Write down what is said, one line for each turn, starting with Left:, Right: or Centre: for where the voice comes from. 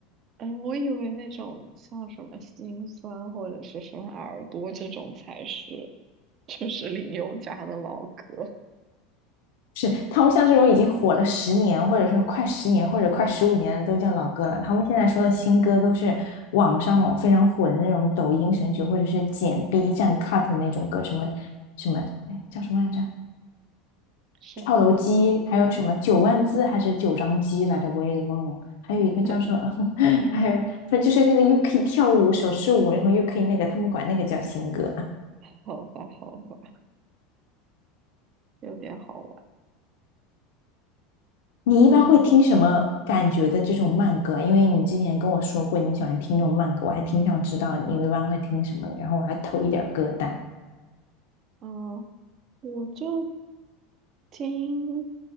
Right: 哎，我以为那种像什么心酸或者是什么耳朵这种才是，就是林宥嘉的老歌，
Left: 是他们像这种已经火了十年，或者说快十年，或者快十五年都叫老歌了。他们现在说的新歌都是网上非常火的那种抖音神曲，或者是剪 B 站 cut 的那种歌，什么什么，哎，叫什么来着？
Right: 是吗？
Left: 跳楼机，还有什么九万字还是九张机来着？我也忘了。还有一个叫做，
Right: <laughs>
Left: <laughs> 还有，就是那个又可以跳舞手势舞，然后又可以那个，他们管那个叫新歌。
Right: 好吧，好吧，有点好玩，
Left: 你一般会听什么感觉的这种慢歌啊？
Right: 所以，
Left: 因为你之前跟我说过你喜欢听这种慢歌，我还挺想知道你一般会听什么的，然后我来偷一点歌单
Right: 啊，我就听，